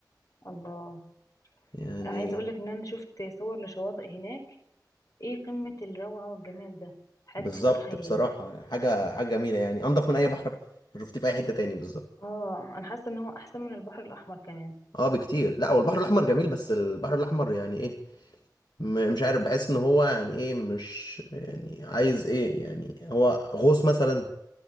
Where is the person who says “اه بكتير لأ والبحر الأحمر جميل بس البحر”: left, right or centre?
Left